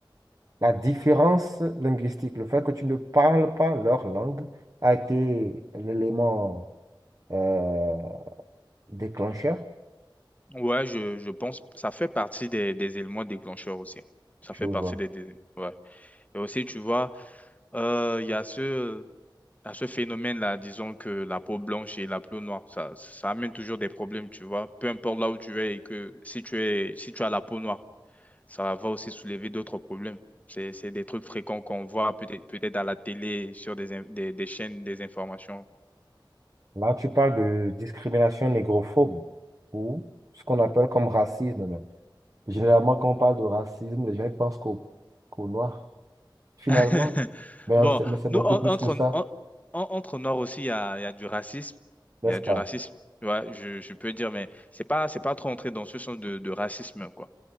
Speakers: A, on the right; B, on the left.
A: La différence linguistique, le fait que tu ne parles pas leur langue, a été l'élément euh, déclencheur,
B: Ouais, je, je pense, ça fait partie des, des éléments déclencheurs aussi. Ça
A: tu
B: fait partie
A: vois.
B: des, des- ouais. Et aussi, tu vois, euh, il y a ce à ce phénomène-là, disons que la peau blanche et la peau noire, ça, ça amène toujours des problèmes, tu vois. Peu importe là où tu es et que si tu es, si tu as la peau noire, ça va aussi soulever d'autres problèmes. C'est, c'est des trucs fréquents qu'on voit peut-être peut-être à la télé, sur des, in- des, des chaînes, des informations.
A: Là, tu parles de discrimination négrophobe ou ce qu'on appelle comme racisme. là. Généralement, quand on parle de racisme, les gens ils pensent qu'au qu'au noir, finalement.
B: <laughs>
A: Mais, euh,
B: Bon,
A: c'est mais c'est
B: nous,
A: beaucoup
B: en-
A: plus
B: entre,
A: que ça,
B: en- en- entre Noirs aussi, il y a, il y a du racisme.
A: n'est-ce
B: Il y a du
A: pas?
B: racisme, tu vois, je, je peux dire, mais c'est pas, c'est pas trop entré dans ce sens de, de racisme, quoi.